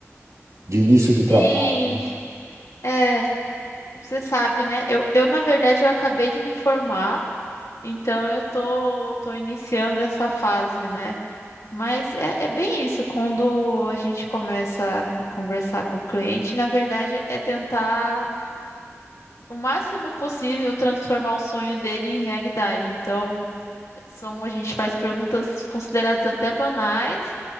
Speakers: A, on the right (about 80°); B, on the left (about 80°).
A: de início de
B: sim.
A: trabalho. né?
B: É, você sabe, né? Eu, eu, na verdade, eu acabei de me formar, então eu tô, tô iniciando essa fase, né? Mas é, é bem isso, quando a gente começa a conversar com o cliente, na verdade, é tentar o máximo possível transformar o sonho dele em realidade. Então, são, a gente faz perguntas consideradas até banais,